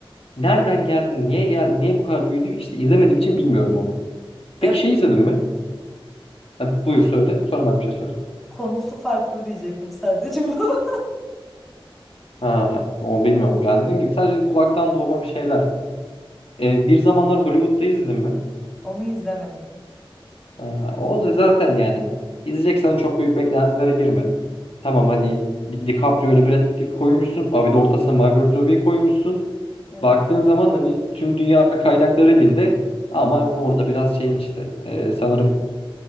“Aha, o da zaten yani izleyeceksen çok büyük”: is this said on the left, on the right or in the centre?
Left